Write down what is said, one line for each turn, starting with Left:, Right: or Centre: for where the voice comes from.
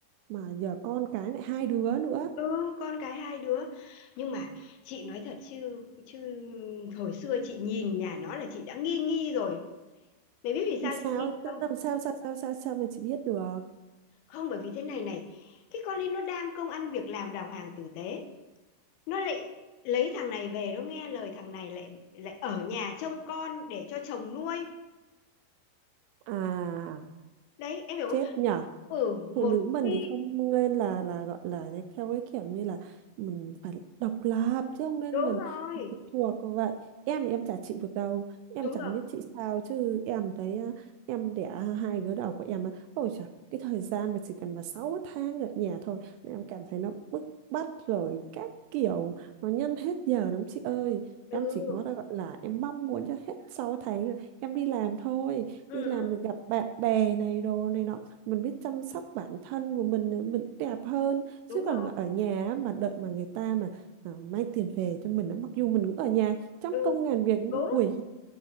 Right: mà giờ con cái lại hai đứa nữa
Left: Ừ, con cái hai đứa. Nhưng mà chị nói thật chứ chứ hồi xưa chị nhìn nhà nó là chị đã nghi nghi rồi. Mày biết vì sao
Right: làm sao
Left: chị nghi không?
Right: làm sao sao sao sao sao mà chị biết được
Left: Không bởi vì thế này này, cái con ấy nó đang công ăn việc làm đàng hoàng tử tế nó lại lấy thằng này về nó nghe lời thằng này lại lại ở nhà trông con để cho chồng nuôi
Right: à
Left: đấy em hiểu không
Right: chết nhỉ
Left: ừ một
Right: phụ nữ mình
Left: khi
Right: thì không nên là là gọi là cái- theo cái kiểu như là mình phải độc lập chứ không nên
Left: đúng
Right: mình
Left: rồi
Right: phụ thuộc vậy em thì em chả chịu được đâu em
Left: đúng
Right: chẳng
Left: rồi
Right: biết chị sao chứ em thấy á, em đẻ hai đứa đầu của em á, ôi trời cái thời gian mà chỉ cần mà 6 tháng ở nhà thôi là em cảm thấy nó bức bách rồi các kiểu nó nhân hết giờ lắm chị ơi
Left: ừ
Right: em chỉ có gọi là em mong muốn cho hết 6 tháng rồi em đi làm thôi
Left: ừ,
Right: đi làm
Left: ừ
Right: được gặp bạn bè này đồ này nọ mình biết chăm sóc bản thân của mình nữa, mình đẹp hơn chứ
Left: đúng
Right: còn
Left: rồi
Right: mà ở nhà á, mà đợi mà người ta mà à, mang tiền về cho mình á, mặc dù mình cũng ở nhà trăm
Left: ừ
Right: công ngàn việc như
Left: đúng
Right: quỷ